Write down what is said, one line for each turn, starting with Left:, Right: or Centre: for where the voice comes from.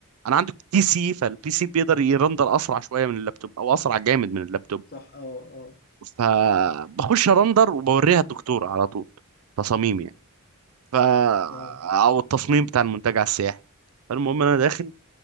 Right: انا عندي بي سي فالبي سي بيقدر يرندر اسرع شويه من اللابتوب او اسرع جامد من اللابتوب
Left: صح اه اه
Right: فبخش ارندر وبوريها الدكتور على طول تصاميم يعني ف
Left: اه
Right: او التصميم بتاع المنتجع السياحي فالمهم انا داخل